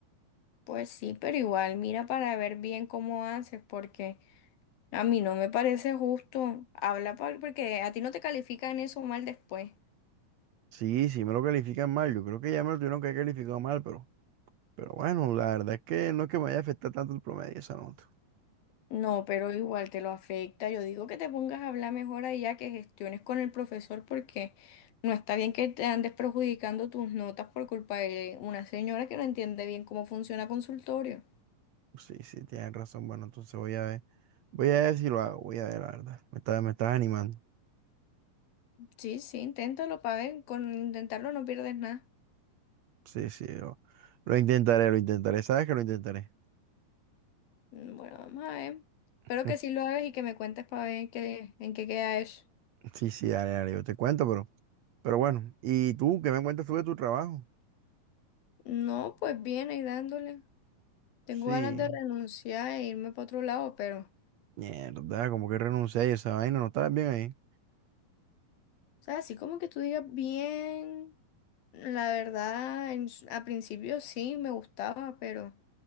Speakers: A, on the left; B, on the right.
A: Pues sí, pero igual, mira para ver bien cómo haces, porque a mí no me parece justo. Habla pa- porque a ti no te califican eso mal después.
B: Sí, sí me lo califican mal. Yo creo que ya me lo tuvieron que haber calificado mal, pero, pero bueno, la verdad es que no es que me vaya a afectar tanto el promedio esa nota.
A: No, pero igual te lo afecta. Yo digo que te pongas a hablar mejor allá, que gestiones con el profesor, porque no está bien que te andes perjudicando tus notas por culpa de una señora que no entiende bien cómo funciona consultorio.
B: Sí, sí, tienes razón. Bueno, entonces voy a ver. Voy a ver si lo hago, voy a ver, la verdad. Me estás, me estás animando.
A: Sí, sí, inténtalo para ver. Con intentarlo no pierdes nada.
B: Sí, sí, lo, lo intentaré, lo intentaré. Sabes que lo intentaré.
A: Mm, Bueno, vamos a ver. Espero
B: <laughs>
A: que sí lo hagas y que me cuentes para ver qué, en qué queda eso.
B: Sí, sí, dale, dale, yo te cuento, pero, pero bueno. ¿Y tú qué me cuentas tú de tu trabajo?
A: No, pues bien, ahí dándole. Tengo
B: Sí,
A: ganas de renunciar e irme para otro lado, pero, o
B: mierda, como que renuncié a esa vaina, no estabas bien ahí.
A: sea, así como que tú digas bien. La verdad, en s- a principio sí me gustaba, pero